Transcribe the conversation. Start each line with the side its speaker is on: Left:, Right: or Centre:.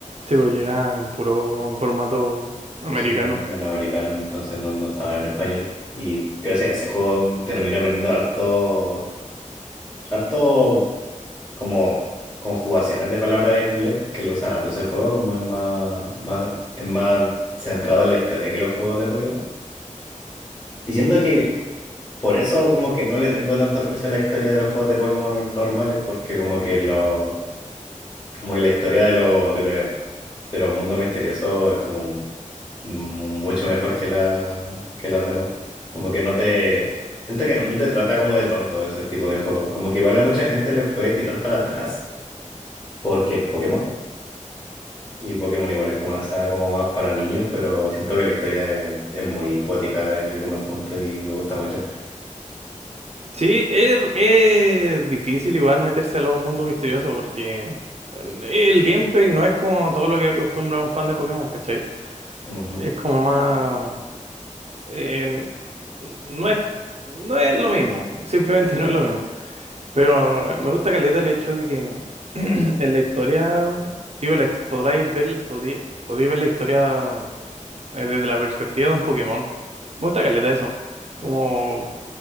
Right: Sí, pues llegan en puro formato americano.
Left: Sí, bueno, en americano, entonces no, no estaban en español. Y gracias a ese juego mm, terminé aprendiendo harto, harto como conjugaciones de palabras en inglés, porque lo usan harto ese juego, como es más, más, es más centrado en la historia que los juegos de Pokémon. Y siento que Por eso como que no le tengo tanto aprecio a la historia de los juegos de Pokémon nor- normales, porque como que lo, como que la historia de los de lo, de los mundos misteriosos es como mucho mejor que la, que las demás. Como que no te, siento que no, no te trata como de tonto ese tipo de juego. Como que igual a mucha gente le puede tirar para atrás porque es Pokémon. Y Pokémon igual es como una saga como más para niños, pero siento que la historia es, es muy cuática en algunos puntos y me gusta mucho.
Right: Sí, es, es difícil igual meterse a los mundos misteriosos porque mm, el gameplay no es como todo lo que acostumbra un fan de Pokémon, ¿cachai?
Left: Ujú.
Right: Es como más... en- no es, no es lo mismo, simplemente no es lo mismo. Pero me gusta caleta el hecho de que <clears throat> en la historia, digo, la, podráis ver, podí- podéis ver la historia eh, desde la perspectiva de un Pokémon. Me gusta caleta eso. Como